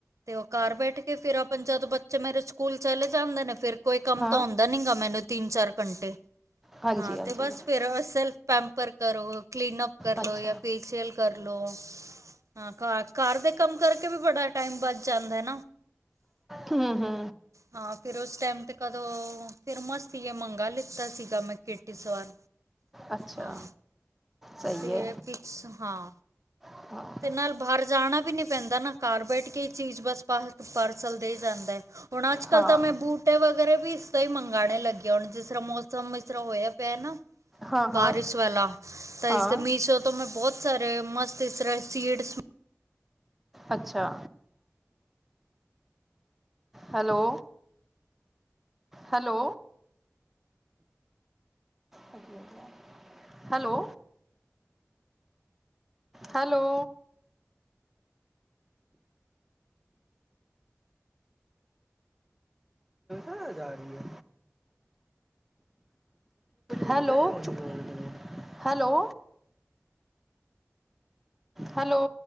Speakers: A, on the right; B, in the centre.
A: ਤੇ ਓ ਘਰ ਬੈਠ ਕੇ ਫੇਰ ਆਪਨ ਜਦੋਂ ਬੱਚੇ ਮੇਰੇ ਸਕੂਲ ਚਲੇ ਜਾਂਦੇ ਨੇ ਫੇਰ ਕੋਈ ਕੰਮ
B: ਹਾਂ
A: ਤਾਂ ਹੁੰਦਾ ਦਾ ਨਿਗਾ ਮੈਨੂੰ ਤਿੰਨ-ਚਾਰ ਘੰਟੇ
B: ਹਾਂਜੀ
A: ਹਾਂ,
B: ਹਾਂਜੀ
A: ਤੇ ਬਸ ਫੇਰ ਅਸ ਪੈਂਪਰ ਕਰੋ‍, ਕਲੀਨਅਪ ਕਰ
B: ਅੱਛਾ
A: ਲੋ ਯਾਂ ਫੇਸ਼ਅਲ ਕਰ ਲੋ ਹਾਂ, ਘਰ ਘਰ ਦੇ ਕੰਮ ਕਰਕੇ ਵੀ ਬੜਾ ਟਾਈਮ ਬੱਚ ਜਾਂਦੈ ਨਾ।
B: ਹੁੰ-ਹੁੰ।
A: ਹਾਂ, ਫੇਰ ਓਸ ਟਾਈਮ ਤੇ ਕਦੋਂ ਫੇਰ ਮਸੀਏ ਮੰਗਾ ਲਿੱਤਾ ਸੀਗਾ ਮੈਂ ਕੇਟ ਇਸ ਵਾਰ
B: ਅੱਛਾ
A: ਹਾਂ,
B: ਸਹੀ
A: ਤੇ
B: ਹੈ
A: ਐ ਪਿਕਸ, ਹਾਂ।
B: <inaudible>
A: ਤੇ ਨਾਲ ਬਾਹਰ ਜਾਣਾ ਵੀ ਨੀ ਪੈਂਦਾ ਨਾ ਘਰ ਬੈਠ ਕੇ ਚੀਜ਼ ਬਸ, ਪਾਰਸਲ ਦੇ ਜਾਂਦੈ। ਹੋਨ ਅਜ ਕੱਲ
B: ਹਾਂ
A: ਤਾਂ ਮੈਂ ਬੂਟ ਟੇ ਵਗੈਰਾ ਵੀ ਸਈ ਮੰਗਾਣੇ ਲੱਗੇ ਹੁਣ ਜਿਸ ਤਰ੍ਹਾਂ ਮੌਸਮ ਇਸ ਤਰ੍ਹਾਂ ਹੋਇਆ ਪਿਆ ਨਾ।
B: ਹਾਂ ਹਾਂ
A: ਬਾਰਿਸ਼ ਵਾਲਾ, ਤਾਂ
B: ਹਾਂ
A: ਇਸਦੇ ਮੀਸ਼ੋ ਤੋਂ ਮੈਂ ਬੋਤ ਸਾਰੇ ਮਸਤ ਜਿਸ ਤਰਾਂ ਏ ਸੀਡਸ
B: ਅੱਛਾ। ਹੈਲੋ। ਹੈਲੋ, ਹਾਂਜੀ ਵਦੀਆ। ਹੈਲੋ। ਹੈਲੋ। ਵਾਜ਼ ਜਾ ਰਈ ਐ। ਹੈਲੋ-ਹੈਲੋ। ਹੈਲੋ।